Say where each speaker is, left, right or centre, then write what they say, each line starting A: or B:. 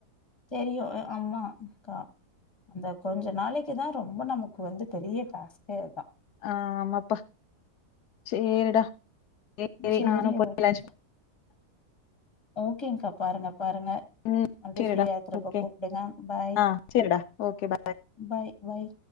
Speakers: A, on the left (about 15°); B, on the left (about 80°).
A: தெரியும் ஆமா அக்கா அந்த கொஞ்ச நாளைக்கி தா ரொம்ப நமக்கு வந்து பெரிய டாஸ்க்கே தா
B: ஆமாப்பா சேரிடா வை வை
A: சரி
B: நானும் போய்
A: ஓகேங்க்கா.
B: வேலாச்
A: ஓகேங்க்கா பாருங்க பாருங்க
B: ம்
A: மறுபடி
B: சேரிடா
A: ஃப்ரீயா இருக்கறப்ப
B: ஓகே
A: கூப்புடுங்க பாய்
B: ஆ சேரிடா ஓகே பாய்
A: பாய் பாய்